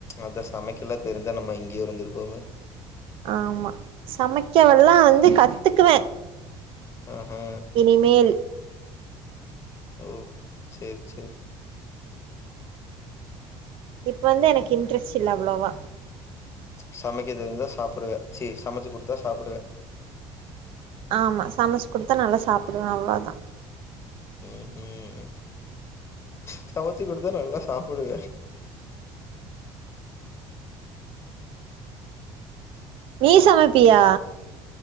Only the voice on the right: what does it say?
ஆமா சமைக்கவல்லா வந்து கத்துக்குவே
இனிமேல்
இப்ப வந்து எனக்கு இன்ட்ரெஸ்ட் இல்ல அவ்ளோவா
ஆமா சமைச்சு குடுத்தா நல்லா சாப்புடுவே அவ்ளோதா
நீ சமைப்பியா